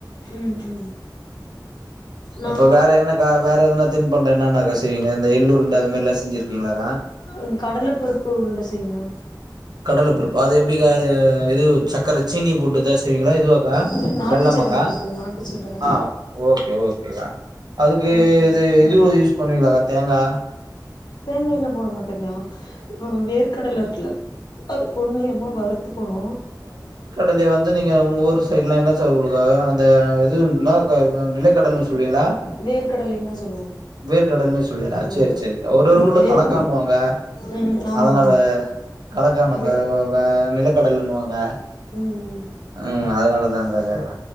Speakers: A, on the left (about 70°); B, on the right (about 65°).
A: ம் ம் நா
B: இப்ப வேற என்னக்கா வேற எதுன்னா தின் பன்டோ என்னென்னக்கா செய்வீங்க இந்த எள்ளுருண்ட அது மாரிலா செஞ்சிருக்கிங்களா
A: ம் கடல பருப்பு உருண்ட செய்வ
B: கடல பருப்பு அது எப்டி கா அது இது சக்கர சீனி போட்டுதா ஸ் செய்வீங்களா இதுவாக்கா
A: இல்ல நாட்டு
B: வெள்ளமாக்கா
A: சக்கர போட்டுவே நாட்டு சக்கர
B: ஆ ஓகே ஓகேக்கா அதுக்கு
A: அது போல
B: இது
A: செய்வே
B: இது ஒரு யூஸ் பண்ணுவீங்களா டா
A: தேங்காயிலா போட மாட்டேங்கா ம் வேர்க்கடல இருக்குல அது பொண் நிறமா வருத்துக்கணு
B: ல்லே வந்து நீங்க உங்க ஊரு சைட்லா <unintelligible> அந்த இதுன்னா அ வ நிலக்கடலன் சொல்வீங்களா
A: வேர்க்கடலைன்னு தா சொல்லுவோ
B: வேர்கடல்னே சொல்வீங்ளா
A: ம்
B: சேரி சேரிக்கா ஒரு ஒரு ஊர்ல
A: வேர்
B: கலக்கான்னுவாங்க
A: ம் ஆமா
B: அதனால
A: ஆமா
B: கலக் அந்த
A: வே
B: வ வ ஆ நிலக்கடலைன்னுவாங்க
A: ம்
B: ஆ அதனாலதாங்கா கேக்கற